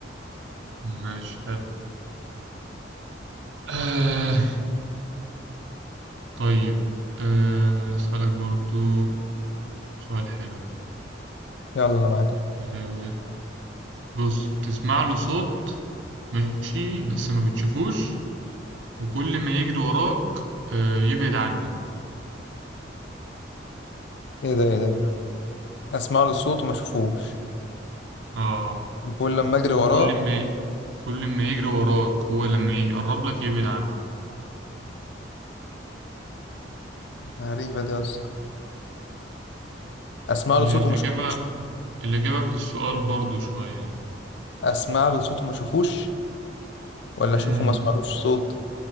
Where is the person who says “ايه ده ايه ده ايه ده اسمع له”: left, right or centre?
Left